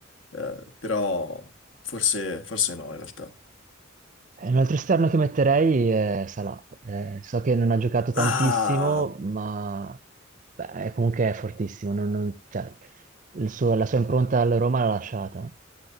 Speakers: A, on the left; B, on the right.
A: eh, però forse, forse no, in realtà.
B: Eh, Un altro esterno che metterei è Salah. Eh, so che non ha giocato tantissimo,
A: Ah!
B: ma beh, è- comunque è fortissimo. non- non- cioè, il suo- la sua impronta alla Roma l'ha lasciata.